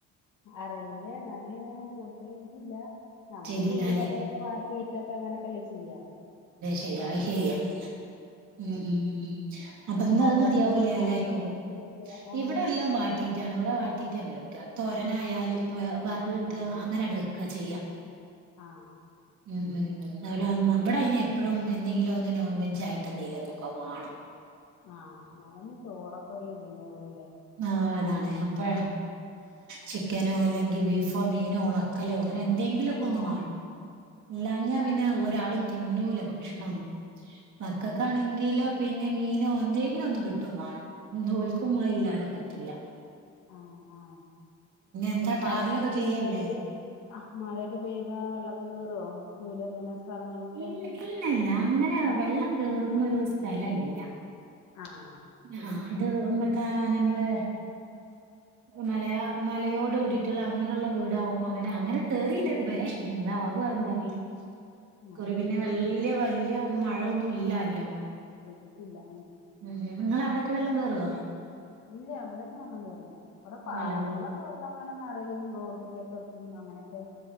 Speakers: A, on the left; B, on the right.
A: അറിയില്ല ഞാൻ അങ്ങനെ കൂട്ടിയട്ട്ല്ല നമ്മള്
B: ചെയ്തില്ലാല്ലേ
A: ഉള്ളി തക്കളിക്കെ വാട്ടി ട്ട് അങ്ങനൊക്കെല്ലേ ചെയ്യാ
B: ശരി ശരിയ
A: ഉം
B: ഉം ഉം ഉം അപ്പൊ ന്ന്
A: അവിടുത്തെ
B: അത് മതിയാവൂല
A: എങ്ങനെ-
B: എല്ലാർക്കും
A: അവിടെ എങ്ങനെ ആഹ്
B: ഇവിടെ എല്ലാം വാട്ടീയിട്ടാണ് ഇവിടെ വാട്ടീട്ട് തന്നെ വ യ്യ്ക്കാ തോരനായാലും
A: ആഹ്
B: വ വറവ്ട്ട്
A: ഉം ആഹ്
B: അങ്ങനെ ആണ് വെക്ക ചെയ്യാ
A: ആഹ്
B: ഉം ഉം ഇവിടെ ഉമ്മ ഇവിടെ അയിന് എപ്പോഴും എന്തെങ്കിലും ഒന്ന് നോൺ വെജ ആയിട്ട് എന്തെല്ക്കെ വേണം
A: ആഹ് നന്ന ചോറൊക്കെ ഇതിെന്റെ ഉള്ളലേ
B: ആഹ് അതാണ് അപ്പ ചിക്കനോ അല്ലെങ്കിൽ ബീഫോ മീനോ ഉണക്കലോ അങ്ങനെ എന്തെങ്കിലുംക്കെ ഒന്ന്
A: ആഹ്
B: വേണം ഇല്ലഞ്ഞഞാ പിന്നെ ഒരാളും തിന്നൂല ഭക്ഷണൊന്നും മക്കക്കാണെങ്കിലോ
A: ആഹ് ആഹ്
B: പിന്നെ മീനോ എന്തെങ്കിലും ഒന്ന് കിട്ടോ വേണം നോൽക്കുമ്മ ഇല്ലാതെ പറ്റില്ല
A: ആഹ് ആഹ്
B: എന്താ
A: പിന്നെ മഴൊക്കെ
B: ട്രാവലൊക്കെ
A: പെയ്താല്
B: ചെയ്യല്ലേ?
A: മഴയൊക്കെ പെയ്താ വെള്ളമൊക്കെ കേറുവോ വീട് ഇങ്ങനെ സ്ഥലങ്ങളിലക്കെ
B: ഇല്ല ഇല്ല ഇല്ല അങ്ങനെ വെള്ളം കേറുന്ന ഒരു സ്ഥലല്ല
A: ആഹ്
B: ആഹ് അത് മറ്റ നമ്മള് ഒരു മലയാ മലയോട് കൂടിട്ടുള്ള അങ്ങനെയുള്ള വീടാവും അങ്ങനെ അങ്ങനെ കേറിയില്ല ഇതുവരെ എന്താ ആകു അറിയില്ല
A: ആഹ്
B: കുറി
A: ആഹ്
B: പിന്നെ വല്യ വലിയ മഴൊന്നും ഇല്ലല്ലോ
A: പെയ്‌തിട്ടില്ല
B: ഉം ഉം നിങ്ങ അവിടൊക്കെ വെള്ളം കേറുവോ
A: ഇല്ല ഇവിടങ്ങും വെള്ളം കേറില്ല ഇവിടെ പാടങ്ങളിലൊക്കെ
B: വെള്ളം കേറി
A: വെള്ളം അങ്ങനെ നിറഞ്ഞ് ട്ട് <unintelligible> അങ്ങനെയൊക്കെ